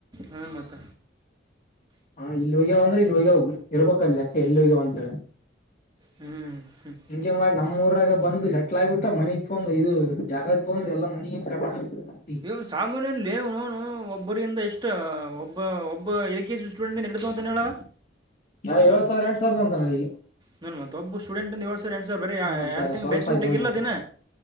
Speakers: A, on the right (about 25°); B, on the left (about 45°).
A: ಹಾ ಮತ್ತ
B: ಹಾ ಇಲ್ಲಿ ಹೋಗ್ಯವ ಅಂದ್ರೆ ಇಲ್ಲಿ ಹೋಗ್ಯ ಹೋಗ್ಿ ಇರ್ಬೇಕಕ್ ಅಲ್ಲಿಾಕ ಎಲ್ಲಿ ಹೋಗ್ಯವ ಅಂತೇಳೆ
A: ಹ್ಞೂ ಹ್ಞೂ
B: ಹಿಂಗೆ ಮಾಡ ನಮ್ಮೂಊರಾಗ ಬಂದು ಸೆಟ್ಲ್ ಆಗ್ಬಿಟ್ಟ ಮನ ಇತ್ಕಂದು ಇದು ಜಾಗ ತೊಂದ ಎಲ್ಲ ಮನಿ ಏನ್ ಕಟ್ತ
A: ಯೋ ಕಾಮೂನಲ್ಲಿ ನೋನು ಒಬ್ಬರಿಂದ ಎಷ್ಟು ಒಬ್ಬ ಒಬ್ಬ ಎ ಕೆ ಸಿ ಸ್ಟೂಡೆಂಟ್ ಏನ್ಡತು ಅಂತ ಹೇಳ
B: ಯಾವಏಳ್ ಸಾವಿರ ಎಂಟ ಸಾವಿದಂತ ನನಗೆ
A: ನಾನನ್ ಮತ್ತ ಒಬ್ಬ ಸೂಡೆಂಟ್ಂದು ಏಳ ಸಿ ಎರಡು ಸಾವರ್ ಬರ
B: ಮತ್ತ
A: ಎಡು ತಿಂಗ್
B: ಸ್ವಲ್ಪ
A: ಬೇಸಿಟಿಗೆ
B: ಆಯ್ತನ್
A: ಇಲ್ಲ
B: ಮತ್ತೆ
A: ದಿನ